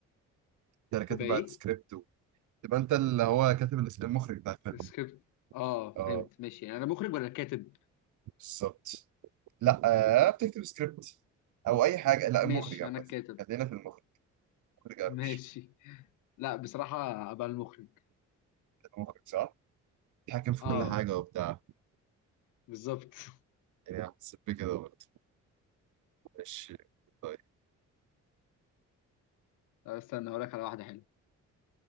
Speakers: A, on the right; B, on the left.
A: انت اللي
B: تبقى
A: كاتب بقى
B: ايه؟
A: السكريبت و- تبقى انت اللي هو كاتب الس- المخرج بتاع الفيلم
B: السكريبت اه
A: اه
B: فهمت ماشي يعني انا مخرج ولا كاتب
A: بالظبط لا آه، بتكتب سكريبت او اي حاجه لا
B: ماشي
A: المخرج عامه
B: انا الكاتب
A: خلينا في المخرج المخرج قرش
B: ماشي لا بصراحة ابقى المخرج
A: المخرج صح بيتحكم في
B: اه
A: كل حاجه وبتاع
B: بالظبط <laughs>
A: يعني حسيت بكده برضه ماشي طيب
B: طب استنى هقول لك على واحدة حلوة